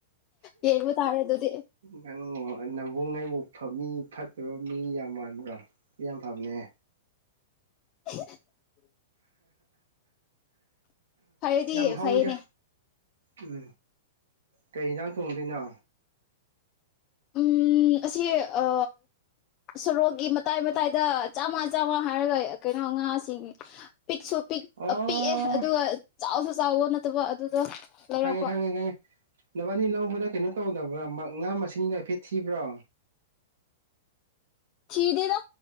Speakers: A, on the left; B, on the right.
A: ꯌꯦꯡꯕ ꯇꯥꯔꯦ ꯑꯗꯨꯗꯤ
B: ꯅꯪ ꯅꯕꯨꯨꯡꯑꯩꯕꯨ ꯃꯤ ꯐꯠꯇꯕ ꯃꯤ ꯌꯥꯝ ꯃꯥꯟꯗ꯭ꯔꯣ ꯃꯤ ꯌꯥꯝ ꯐꯕꯅꯦ
A: <inaudible> ꯐꯔꯗꯤ
B: ꯌꯥꯝ ꯍꯧꯋꯤꯗ
A: ꯐꯩꯌꯦꯅꯦ
B: ꯎꯝ ꯀꯩ ꯌꯦꯟꯁꯥꯡ ꯊꯣꯡꯗꯣꯏꯅꯣ
A: ꯎꯝ ꯑꯁꯤ ꯑ ꯁꯣꯔꯣꯛꯒꯤ ꯃꯇꯥꯏ ꯃꯇꯥꯏꯗ ꯆꯥꯃ ꯆꯥꯝꯃꯥ ꯍꯥꯏꯔꯒ ꯀꯩꯅꯣ ꯉꯥꯁꯤ ꯄꯤꯛꯁꯨ ꯄꯤꯛ
B: ꯑꯣ
A: ꯄꯤꯛꯑꯦ ꯑꯗꯨꯒ ꯆꯥꯎꯁꯨ ꯆꯥꯎꯕ ꯅꯠꯇꯕ ꯑꯗꯨꯗꯣ ꯂꯩꯔꯛꯄ
B: ꯈꯪꯉꯦ ꯈꯪꯉꯦ ꯈꯪꯉꯦ ꯅꯕꯥꯅꯤ ꯂꯧꯕꯗ ꯀꯩꯅꯣ ꯇꯧꯗꯕ꯭ꯔꯥ ꯉꯥ ꯃꯁꯤꯡꯗꯨ ꯍꯥꯏꯐꯦꯠ ꯊꯤꯕ꯭ꯔꯣ
A: ꯊꯤꯗꯦꯗ